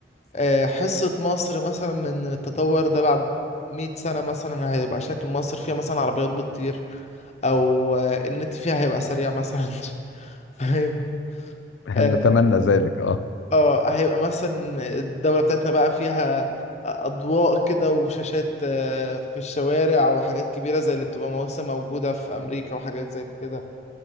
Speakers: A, on the left; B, on the left.
A: آه، حصة مصر مثلا من التطور ده بعد 100 سنة مثلا هيبقى شكل مصر فيها مثلا عربيات بتطير أو آه، النت فيها هيبقى سريع مثلا <laughs> فاهمني آه،
B: نتمنى ذلك اه
A: اه هيبقى مثلا الدولة بتاعتنا بقى فيها أضواء كده وشاشات آه، في الشوارع وحاجات كبيرة زي اللي بتبقى مثلا موجودة في أمريكا وحاجات زي كده